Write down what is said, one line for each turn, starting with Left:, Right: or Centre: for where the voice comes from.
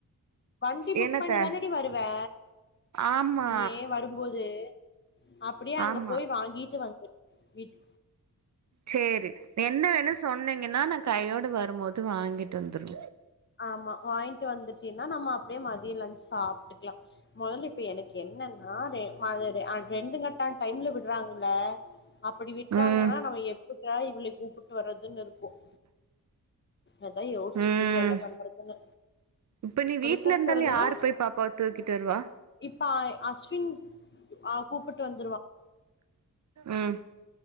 Left: வண்டி புக்
Right: என்னத்த
Left: பண்ணி தானடி வருவே
Right: ஆமா
Left: நீயே வரும்போது அப்படியே அங்க
Right: ஆமா
Left: போய் வாங்கிட்டு வந் வீட்
Right: சேரி என்ன வேணும் சொன்னீங்கன்னா ந கையோடு வரும்போது வாங்கிட்டு வந்துரு
Left: ஆம்மா வாங்கிட்டு வந்துட்டீன்னா நம்ம அப்டியே மதியம்லஞ்சு சாப்ட்டுக்கலா மொதல்ல இப்ப எனக்கு என்னன்னா ரெ ம ரெண்டு கட்டான் டைம்ல விடுறாங்கல அப்படி விட்டாங்கன்னா
Right: ம்
Left: நம்ம எப்ப க இவள கூப்ட்டு வறதுன் இருக்கும் அதா யோசிச்சுட்டு
Right: ம்
Left: இருக்கேன்ட பண்றதுன்னு
Right: இப்ப நீ வீட்டல
Left: கூப்ட்டு
Right: இருந்தாலும்
Left: வர்றதுன்னா
Right: யாரு போய் பாப்பாவ தூக்கிட்டு வருவா
Left: பாய் அஷ்வின் அ கூப்புட்டு வந்
Right: ம்